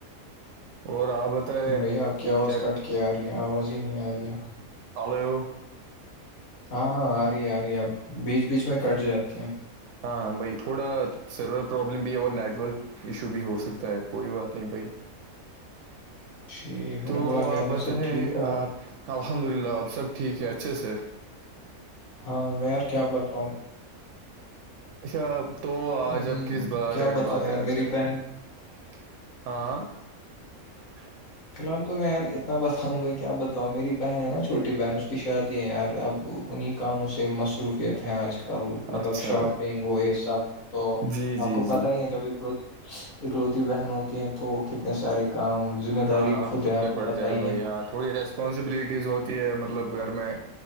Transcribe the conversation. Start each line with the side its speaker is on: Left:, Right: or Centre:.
Right: اور آپ بتائے
Left: بھائی آپ کی آواز
Right: کیا
Left: کٹ کے آ رہی ہے آواز ہی نہیں آ رہی ہے
Right: ہلو
Left: ہاں ہاں آ رہی ہے آ رہی ہے اب بیچ بیچ میں کٹ جاتی ہیں
Right: ہاں ہاں بھائی تھوڑا سرور پرابلم بھی ہے اور نیٹورک ایشو بھی ہو سکتا ہے کوئی بات نہیں بھائی
Left: ٹھیک میں
Right: تو
Left: نے بولا
Right: آپ
Left: گھر
Right: بتیں
Left: میں سب ٹھیک ہو
Right: الحمد للہ آپ سب ٹھیک ہے اچھے سے
Left: ہاں میں یار کیا بتاؤں
Right: اچھا تو آج
Left: ام،
Right: اب کس بارے
Left: کیا
Right: میں
Left: بتاؤں
Right: بات
Left: یار
Right: کرنا
Left: میری
Right: چاہیں
Left: بہن
Right: گے ہاں جی
Left: فی الال تو میں یارت بتاؤں گا کیا بتاؤں میری بہن ہے نا چھوٹی بہن اس کی شادی ہیں یار اب انہیں کاموں سے مصروفیت ہیں آج کل مطلب
Right: اچھا
Left: شاپ پینگو یہ سب تو
Right: جی
Left: آپ
Right: جی
Left: کو پتا
Right: جی
Left: ہی ہے جب اکلوتی بہن ہوتی ہیں تو کتنے سارے کام ذمہ
Right: ہاں
Left: داری
Right: ہاں خود
Left: ہے آپ
Right: پہ
Left: کو
Right: پڑ
Left: پتہ
Right: جائے
Left: ہی
Right: بھائی
Left: ہے
Right: ہاں تھوڑی ریس اسپانسبلٹیز ہوتی ہے مطلب گھر میں